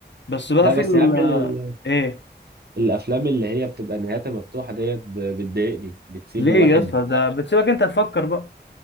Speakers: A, on the left; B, on the right.
A: بس بقى
B: لا
A: في
B: بس
A: ال
B: يا عم ال-
A: ايه
B: الافلام اللي هي بتبقى نهايتها مفتوحه ديت ب- بتضايقني بتسيب
A: ليه
B: الواحد
A: يا اسطى ده بتسيبك انت تفكر بقى